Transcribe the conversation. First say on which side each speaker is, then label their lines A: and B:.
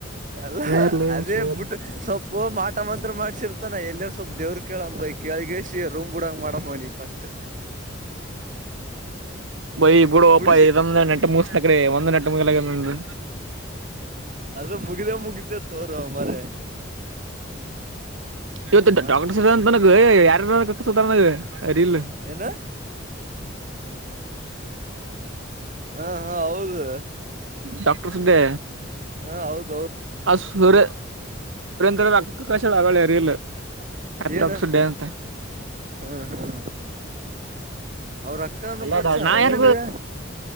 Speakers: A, on the right; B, on the right.
A: ಅಲ್ಲ
B: ಏ ಇರ್ಲಿ
A: ಅದೇ
B: ಸುಳ್ಳ
A: ಬಿುಟ್ಟ ಸ್ವಲ್ಪ ಮಾಟ ಮಾತ್ರ ಮಾಡ್ಸಿರ್ತಾನ ಎಲ್ಲರ ಸ್ವಲ್ಪ್ ದೇವ್ರ ಕೇಳಮ್ಮ ಬೈ ಕಳ್ಗಸಿ ರೂಮ್ಡಕ್ ಮಾಡಮ್ಮನಿ ಫಸ್ಟ್
B: ಬೈ ಬಿಡು
A: ಬಿಡಿಸಿ
B: ಅಪ್ಪ ಇದೊಂದ ನೆಟ್ಟ ಮುಗಿಸತ ಕಡೆ ಒಂದ್ ನೆಟ್ ಮುಗಲ ನ
A: ಅದು ಮುಗಿದ ಮುಗಿತ ತೋರ ಮರ
B: ಇವತ್ತು
A: ಆ
B: ಡಾಕ್ಟರ್ ಸ್ರಂತನಗ ಯಾರಾರ ಸುಧಾರಣ ಅರಿ ಇಲ್ಲಲ್ಲ
A: ಏನ ಹಾ ಹಾ ಹೌದು
B: ಡಾಕ್ಟರ್ ಸ್ದೆ
A: ಹಾ ಹೌದು
B: ಆ ಸರ ದರೆ ಅಕ್ಕ ಕಶಳ ಅರಲ್ಲ ಹ್ಯಾಪಿ
A: ಏನಂತ
B: ಕ್ಟಡ
A: ಹ್ಮ್ ಹ್ಮ ಹ್ಮ್ ಅವ್ರ ಅಕ್ಕನು
B: ಅ
A: ಪರಿಚಯಾರ
B: ನ ಯಾರ
A: ನಿನಗ